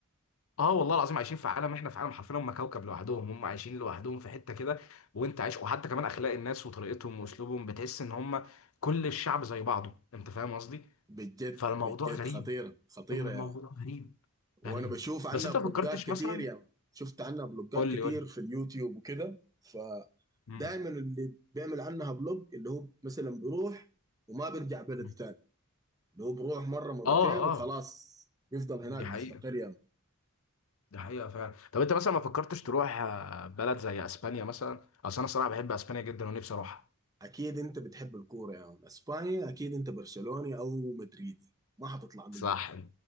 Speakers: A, on the left (about 65°); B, on the right (about 15°).
A: اه والله العظيم عايشين في عالم احنا في عالم حرفيا هم كوكب لوحدهم هم عايشين لوحدهم في حته كده وانت عايش وحتى كمان اخلاق الناس وطريقتهم واسلوبهم بتحس ان هم كل الشعب زي بعضه انت فاهم قصدي
B: بجد
A: فالموضوع
B: بجد
A: غريب
B: خطيره خطيره
A: الموضوع
B: يا مان.
A: غريب
B: وانا
A: غريب
B: بشوف عنها
A: بس انت
B: بلوجات
A: ما فكرتش مثلا
B: كتير يا مان. شفت عنها بلوجات
A: قول
B: كتير
A: لي قول لي
B: في اليوتيوب وكده فدايما
A: مم.
B: اللي بيعمل عنها بلوج اللي هو مثلا بيروح وما بيرجع بلده
A: مم.
B: تاني اللي هو بيروح مره مرتين
A: اه اه
B: وخلاص يفضل هناك
A: دي
B: مستقر
A: حقيقه
B: يا مان.
A: دي حقيقه فعلا طب انت مثلا ما فكرتش تروح آه، بلد زي اسبانيا مثلا اصل انا صراحه بحب اسبانيا جدا ونفسي اروحها
B: اكيد انت بتحب الكوره يا يعني. اسبانيا اكيد انت برشلوني او مدريدي ما حتطلع منه
A: صح